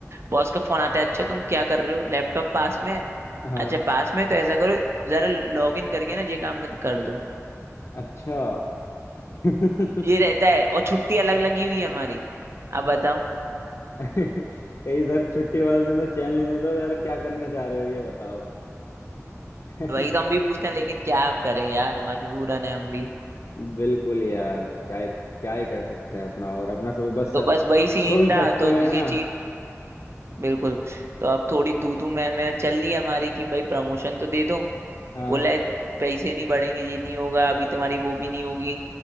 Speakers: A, on the right; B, on the left.
A: बॉस का फोन आता है अच्छा तुम क्या कर रहे हो लैपटॉप पास में है
B: हाँ
A: अच्छा पास में है, तो ऐसा करो जरा लॉग इन करके ना ये काम कर दो
B: अच्छा <laughs>
A: ये रहता है और छुट्टी अलग लगी हुई है हमारी अब बताओ
B: कहीं सर छुट्टी वाला दिन तो चैन लेने दो यार क्या करना चाह रहे हो ये बताओ <laughs>
A: वही तो हम भी पूछते हैं लेकिन क्या आप करें यार मजबूरन है हम भी
B: बिल्कुल यार क्या ही- क्या ही कर सकते हैं अपना और अपना सब बस
A: तो बस वही
B: सुन
A: सीन था
B: सकते
A: तो
B: हैं ना
A: ये चीज बिल्कुल तो अब थोड़ी तू तू मैं मैं चल रही है हमारी कि भाई प्रमोशन तो दे दो
B: हाँ
A: बोला है, पैसे नहीं बढ़ेंगे ये नहीं होगा अभी तुम्हारी वो भी नहीं होगी